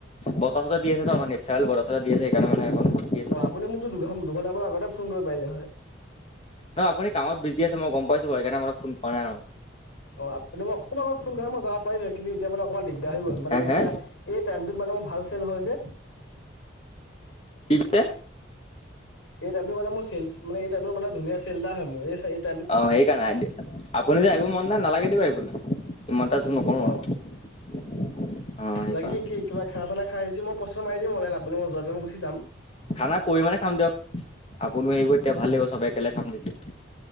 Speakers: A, on the left; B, on the left.
A: বতাহ চতাহ দি আছে ন' আমাৰ নেচাৰেল বতাহ চতা দি আছে সেইকাৰণে মানে অকণ ৰখি আছো।
B: অ', আপুনি মোকটো দুঘ-দুঘণ্টামান আগতে ফোন কৰিব পাৰিলে হয়।
A: অ', আপুনি কামত বিজি আছে মই গম পাইছোঁ বাৰু সেইকাৰণে ফোন কৰা নাই আৰু।
B: অ', আপুনি মোক অকণমান আগত ফোন কৰা হয় মই যাবা পাৰিলোঁ হয় কিন্তু এতিয়া মানে অকণমান দিগদাৰ হৈ গ'ল মানে
A: হে
B: এতিয়া
A: হে
B: এই টাইমটোত মানে মোৰ ভাল চেল হয় যে।
A: কি কৈছে?
B: এই টাইমটো মানে মোৰ চেলচ মানে এই টাইমটো মানে ধুনিয়া চেল এটা হয় মোৰ এই চাৰি
A: অ', সেইকাৰণে আপুনি যদি আহিব মন নাই নালাগে দিয়ক আহিবলৈ। ইমানটা জোৰ নকৰো আৰু
B: অ
A: অ', সেইকাৰণে।
B: বাকী কি কিবা খানা চানা খাই যদি মই পইচাটো মাৰি দিওঁ <unintelligible> আপুনি মই যোৱা টাইমত গুছি যাম।
A: খানা পৰহিমানে খাম দিয়ক, আপুনিও আহিব তেতিয়া ভাল লাগিব চবে একেলগে খাম <unintelligible>